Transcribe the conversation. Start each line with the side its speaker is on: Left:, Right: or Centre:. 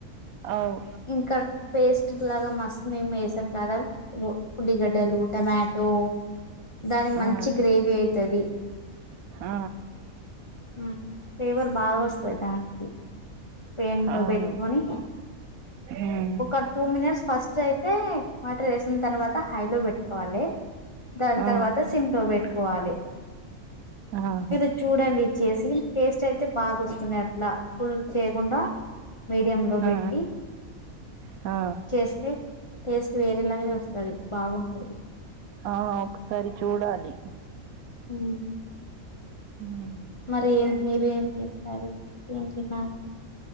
Right: అవ్
Left: ఇంకా పేస్ట్ లాగా మస్ మేం వేసాం కదా బ్ ఉల్లిగడ్డలు ట్యమాటో దాని మంచి
Right: ఆ
Left: గ్రేవీ ఐతది
Right: ఆ
Left: ఉమ్ ఫేవర్ బాగొస్తద్ దాన్కి పేమ్దొ
Right: అవును
Left: బెట్కోని
Right: మ్మ్
Left: ఒక టూ మినస్ ఫస్ చ్ ఐతే వాటరేసిన్ తర్వాత హైలో బెట్కోవాలె. దాన్
Right: ఆ
Left: తర్వాత సిమ్లొ వెట్టుకోవాలి
Right: ఆహా
Left: ఇది చూడండి చేసీ టేస్టైతె బాగొస్తుంది అట్లా ఫుల్ చేయ్కుండా మీడియం లొ పెట్టి
Right: ఆ ఆ
Left: చేస్తే టేస్ట్ వేరేలాగే వస్తాది బాగుంటది
Right: ఆ ఒక్కసారి చూడాలి
Left: ఊమ్
Right: ఉమ్,
Left: మరి ఏం మీరు ఏం తింటారు ఏం తిన్నారు